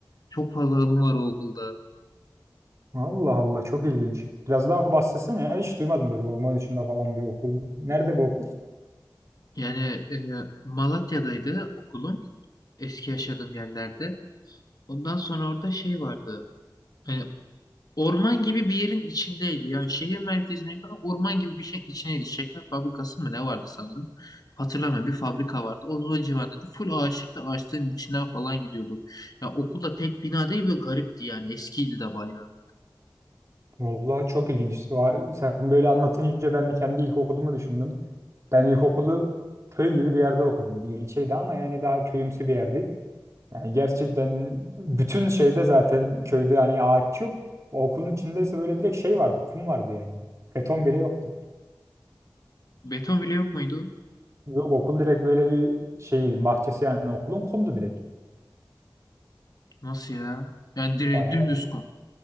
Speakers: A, on the left; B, on the right.
A: Çok fazla anım var o okulda.
B: Allah Allah çok ilginç. Biraz daha bahsetsene ya hiç duymadım böyle orman içinde falan bir okul. Nerede bu okul?
A: Yani e, Malatya'daydı okulum. Eski yaşadığım yerlerde. Ondan sonra orada şey vardı. E, Orman gibi bir yerin içindeydi. Yani şehir merkezine yakın orman gibi bir şeyin içindeydi. Şeker fabrikası mı ne vardı sanırım. Hatırlamıyorum. Bir fabrika vardı. Onun o civarında da full ağaçlıkta ağaçların içinden falan gidiyorduk. Ya okulda tek bina değil böyle garipti yani. Eskiydi de bayağı.
B: Vallahi çok ilginç. Va- Sen böyle anlatınca ben bir kendi ilkokulumu düşündüm. Ben ilkokulu köy gibi bir yerde okudum. Bir ilçeydi ama yani daha köyümsü bir yerdi. Yani gerçekten bütün şeyde zaten köyde hani ağaç yok. O okulun içindeyse böyle direkt şey vardı, kum vardı yani. Beton bile yoktu.
A: Beton bile yok muydu?
B: Yok okul direkt böyle bir şey bahçesi yani okulun kumdu direkt.
A: Nasıl ya? Yani direkt
B: Bayağı
A: dümdüz kom.